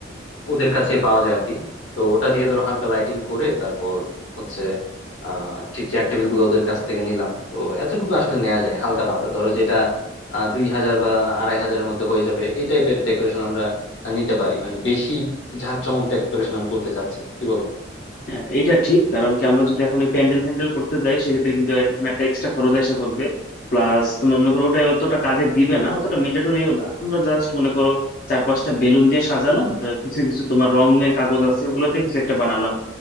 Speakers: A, on the left; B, on the left.
A: ওদের কাছে পাওয়া যায় আর কি তো ওটা দিয়ে ধরো হালকা লাইটিং করে তারপর হচ্ছে আহ ঠিক চেয়ার টেবিল গুলো ওদের কাছ থেকে নিলাম তো এতটুকু আসলে নেওয়া যায় হালকা পাতলা ধরো যেটা আহ, দুই হাজার বা আড়াই হাজারের মধ্যে হয়ে যাবে এই টাইপের ডেকোরেশন আমরা নিতে পারি মানে বেশি ঝাঁকজমক ডেকোরেশন আমি করতে চাচ্ছি না কি বলো
B: হ্যাঁ এটা ঠিক কারণ কি আমরা যদি এখন এই প্যান্ডেল ফ্যান্ডেল করতে যাই সেক্ষেত্রে কিন্তু এখানে একটা এক্সট্রা খরচ এসে পড়বে প্লাস তোমার মনে করো ওটাই অতটা কাজে দিবে না অতটা ম্যান্ডেটরিও না আমরা জাস্ট মনে করো চার পাঁচটা বেলুন দিয়ে সাজালাম তো কিছু কিছু তোমার রঙের কাগজ আছে ওগুলো দিয়ে কিছু একটা বানালাম